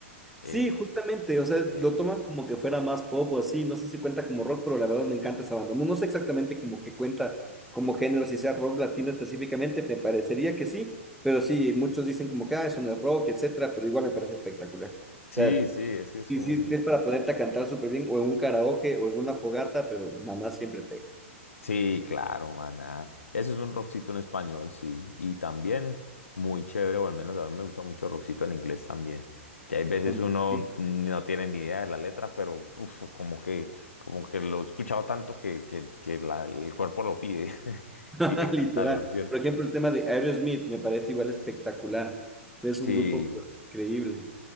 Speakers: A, in the centre; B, on the left.
A: Sí,
B: Eh,
A: justamente, o sea,
B: eh,
A: lo toman como que fuera más pop o así, no sé si cuenta como rock, pero la verdad me encanta esa banda. No, no sé exactamente como que cuenta como género, si sea rock latino específicamente, me parecería que sí, pero sí, muchos dicen como que, ah, eso no es rock, etcétera, pero igual me parece espectacular. O
B: sí,
A: sea,
B: sí, es que es
A: y
B: como
A: si
B: si
A: es para ponerte a cantar súper bien, o en un karaoke, o en una fogata, pero maná siempre te...
B: Sí, claro, maná. Ese es un rockcito en español, sí. Y también muy chévere, o al menos a mí me gusta mucho el rockcito en inglés también. Que hay veces
A: También.
B: uno no tiene ni idea de la letra, pero uf, como que, como que lo he escuchado tanto que, que, que la- el cuerpo lo pide, <laughs>
A: <laughs>
B: pide
A: Literal.
B: cantarlo, ¿cierto?
A: Por ejemplo, el tema de Aerosmith me parece igual espectacular, es un
B: Sí.
A: grupo increíble.